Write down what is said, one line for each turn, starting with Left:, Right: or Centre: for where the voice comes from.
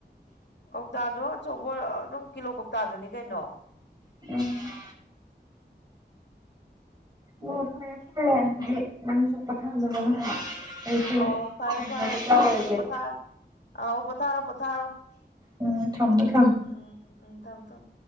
Left: ꯀꯧꯇꯥꯗꯣ ꯑꯆꯧꯕ ꯑꯗꯨꯝ ꯀꯤꯂꯣ ꯀꯧꯇꯥꯗꯨꯅꯤ ꯀꯩꯅꯣ
Right: ꯑꯦ ꯑꯣ ꯐꯔꯦ ꯐꯔꯦ ꯑꯗꯨꯗꯤ ꯅꯪ ꯖꯨ ꯄꯣꯊꯥꯖꯔꯣ ꯉꯍꯥꯛ ꯑꯩꯁꯨ
Left: ꯑꯣ ꯐꯔꯦ
Right: ꯊꯝꯅꯕ
Left: ꯐꯔꯦ ꯑꯗꯨꯗꯤ
Right: ꯇꯧꯔꯒꯦ
Left: ꯑꯩꯁꯨ ꯄꯣꯊꯥꯔ ꯑꯥꯎ ꯄꯣꯊꯥꯔꯣ ꯄꯣꯊꯥꯔꯣ
Right: ꯎꯝ ꯊꯝꯃꯣ ꯊꯝꯃꯣ
Left: ꯎꯝ ꯎꯝ ꯊꯝ ꯊꯝ